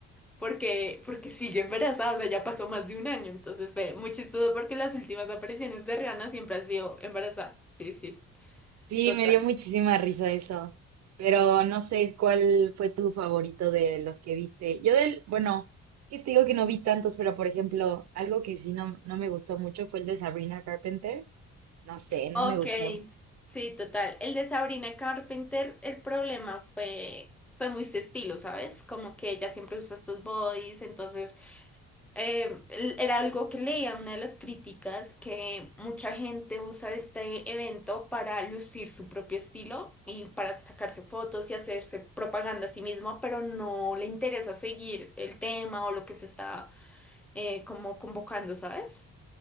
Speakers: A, in the centre; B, on the right (about 60°).
A: porque, porque sigue embarazada, o sea, ya pasó más de un año. Entonces fue muy chistoso porque las últimas apariciones de Rihanna siempre ha sido embarazada. Sí, sí,
B: Sí,
A: total.
B: me dio muchísima risa eso, pero no sé cuál fue tu favorito de los que viste. Yo del, bueno, es que te digo que no vi tantos, pero por ejemplo, algo que sí no, no me gustó mucho fue el de Sabrina Carpenter. No sé, no
A: Ok,
B: me gustó.
A: sí, total. El de Sabrina Carpenter, el problema fue, fue muy su estilo, ¿sabes? Como que ella siempre usa estos bodies, entonces eh, l- era algo que leía, una de las críticas, que mucha gente usa este evento para lucir su propio estilo y para sacarse fotos y hacerse propaganda a sí mismo, pero no le interesa seguir el tema o lo que se está eh, como convocando, ¿sabes?